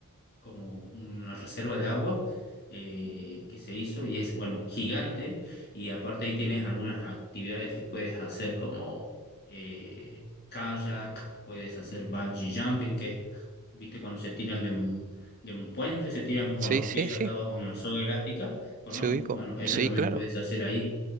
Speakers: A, on the left; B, on the right.
A: como una reserva de agua eh, que se hizo y es, bueno, gigante y aparte ahí tienes algunas actividades que puedes hacer como eh, kayak, puedes hacer bungee jumping, que es, viste, cuando se tiran de un, de un puente, se tiran con
B: Sí,
A: los
B: sí,
A: pies
B: sí.
A: atados a una soga elástica, ¿conoces?
B: se ubicó.
A: Bueno, eso
B: Sí,
A: también
B: claro.
A: puedes hacer ahí,